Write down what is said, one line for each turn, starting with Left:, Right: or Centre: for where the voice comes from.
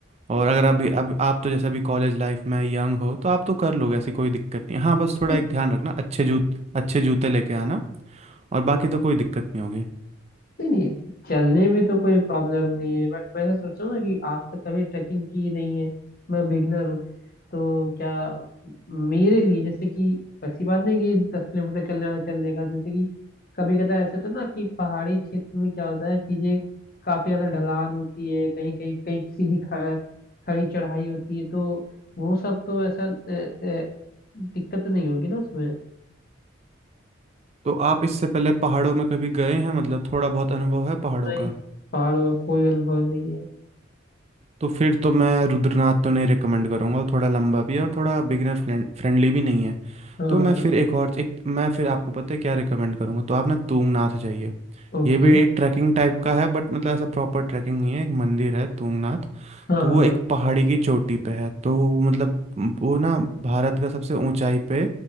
Right: और अगर अभी अब आप तो जैसे अभी कॉलेज लाइफ में यंग हो तो आप तो कर लोगे ऐसी कोई दिक्कत नहीं हाँ बस थोड़ा
Left: नहीं,
Right: एक ध्यान रखना अच्छे जूत अच्छे जूते लेके आना और
Left: ओके
Right: बाकी तो कोई दिक्कत नहीं होगी
Left: नहीं नहीं चलने में तो कोई प्रॉब्लम नहीं है बट मैं ऐसा सोच रहा हूँ ना कि आज तक कभी ट्रैकिंग की नहीं है मैं बिगनर हूँ तो क्या मेरे लिए जैसे कि ऐसी बात नहीं कि दस किलोमीटर चलने वाला चल लेगा जैसे कि कभी कदार ऐसा होता है ना कि पहाड़ी क्षेत्र में क्या होता है चीजें काफी ज्यादा ढलान होती है कहीं कहीं कहीं सीधी ख- खड़ी चढ़ाई होती है तो वो सब तो ऐसा अ, अ, दिक्कत नहीं होगी ना उसमें
Right: तो आप इससे पहले पहाड़ों में कभी गए हैं मतलब थोड़ा बहुत अनुभव है पहाड़ों
Left: नहीं
Right: का
Left: पहाड़ों का कोई अनुभव नहीं है
Right: तो फिर तो मैं रुद्रनाथ तो नहीं रिकमेंड करूँगा वो थोड़ा लंबा भी है और थोड़ा बिगिनर फ्रेंडली भी नहीं है
Left: हाँ
Right: तो मैं फिर एक और एक मैं फिर आपको पता है क्या रिकमेंड करूँगा तो आप ना तुंगनाथ जाइए
Left: ओके
Right: ये भी एक ट्रैकिंग टाइप का है बट मतलब ऐसा प्रॉपर ट्रैकिंग नहीं है एक मंदिर है तुंगनाथ
Left: हाँ
Right: तो वो
Left: हाँ
Right: एक पहाड़ी की चोटी पे है तो वो मतलब वो ना भारत का सबसे ऊंचाई पे